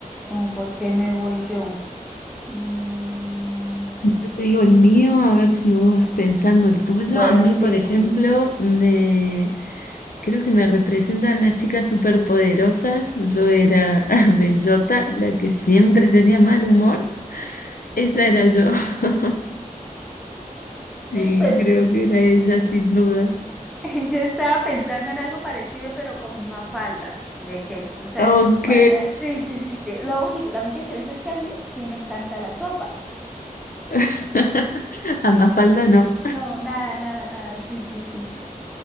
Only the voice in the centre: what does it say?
como por qué me voy yo. Mm,
bueno,
sí,
sí.
Pues
Yo estaba pensando en algo parecido, pero con Mafalda, de que tú sabes
que Mafalda es. Sí, sí, sí, sí. Lo único, la única diferencia es que a mí sí me encanta la sopa.
No, nada, nada, nada. Sí, sí, sí.